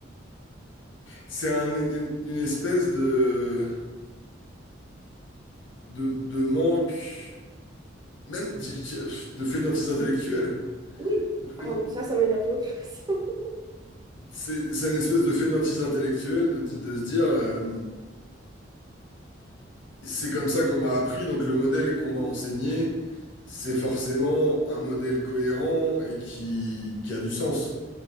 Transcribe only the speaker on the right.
Oui,
ah oui, ça, ça m'énerve le plus. <laughs>